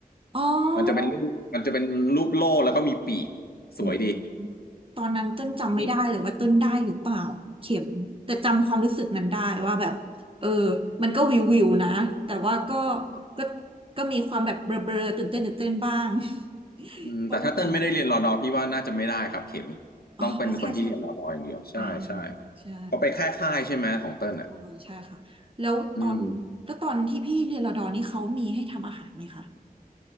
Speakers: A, on the right (about 35°); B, on the left (about 80°).
A: อ๋อ
B: มันจะเป็นรูปมันจะเป็นรูปโล่แล้วก็มีปีกสวยดี
A: อืม ตอนนั้นเต้นจำไม่ได้เลยว่าต้นได้หรือเปล่าเข็มแต่จำความรู้สึกนั้นได้ว่าแบบเออ
B: มี
A: มันก็วิววิวนะแต่ว่าก็
B: ครับ
A: ก็ก็มีความแบบเบลอๆตื่นเต้นตื่นเต้นบ้าง <laughs>
B: อืมแต่ถ้าเติ้ลไม่ได้เรียนรอดอพี่ว่าน่าจะไม่ได้ครับเข็ม
A: ประมาณนั้นอ๋อใช่ใช่ค่ะ
B: ต้องเป็นคนที่เรียนรอดออย่างเดียวใช่ใช่
A: อ่าใช่
B: พอไปแค่ค่ายใช่ไหมของเติ้ลอ่ะ
A: อ๋อใช่ค่ะแล้วตอนแล้วตอนที่พี่เรียนรอดอนี่เขามีให้ทำอาหารไหมคะ
B: อืม